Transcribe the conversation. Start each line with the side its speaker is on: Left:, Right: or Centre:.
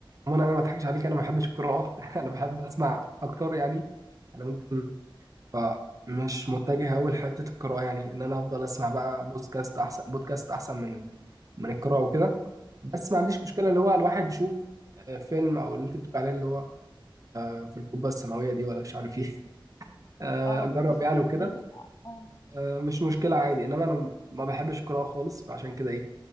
Right: عموما انا ما اضحكش عليك انا ما بحبش القراءه <laughs> انا بحب اسمع اكتر يعني انا ممكن فمش متجه قوي لحته القراءه يعني ان انا افضل اسمع بقى بودكاست احسن بودكاست احسن من ال... من القراءه وكده بس ما
Left: مم.
Right: عنديش مشكله اللي هو الواحد يشوف آه، فيلم او اللي انت بتقول عليه اللي هو آه، في القبه السماويه دي ولا مش عارف ايه آه،
Left: اه
Right: اجرب
Left: <laughs>
Right: يعني وكده
Left: دي تبقى اه
Right: آه، مش مشكله عادي انما انا ما بحبش القراءه خالص فعشان كده ايه